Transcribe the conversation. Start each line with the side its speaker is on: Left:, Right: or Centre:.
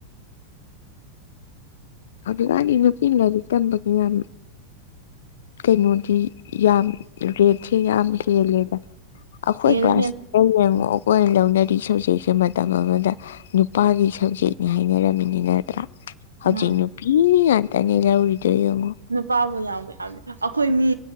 Left: ꯍꯧꯖꯤꯛ ꯀꯥꯟꯗꯤ ꯅꯨꯄꯤ ꯂꯥꯏꯔꯤꯛ ꯇꯝꯕꯒꯤ ꯌꯥꯝ ꯀꯩꯅꯣꯗꯤ ꯌꯥꯝ ꯔꯦꯠꯁꯦ ꯌꯥꯝ ꯍꯦꯜꯂꯦꯗ ꯑꯩꯈꯣꯏ
Right: ꯍꯦꯜꯂꯦ
Left: ꯀ꯭ꯂꯥꯁ
Right: ꯍꯦꯜꯂꯦ
Left: ꯑꯩ ꯌꯦꯡꯉꯛꯑꯣ ꯀꯣꯏ ꯂꯧꯅꯔꯤ ꯁꯤꯡꯁꯦ ꯃꯇꯝ ꯑꯃꯗ ꯅꯨꯄꯥꯒꯤ ꯁꯕꯖꯦꯛꯅꯤ ꯍꯥꯏꯅꯔꯝꯃꯤꯅꯤ ꯅꯠꯇ꯭ꯔꯥ꯫ ꯍꯧꯖꯤꯛ
Right: ꯃꯥꯅꯦ
Left: ꯅꯨꯄꯤ ꯉꯥꯛꯇꯅꯦ ꯂꯧꯔꯤꯗꯣ ꯌꯦꯉꯣ꯫
Right: ꯅꯨꯄꯥꯕꯨ ꯌꯥꯝꯕ ꯌꯥꯝꯃꯦ ꯑꯈꯣꯏ ꯃꯤ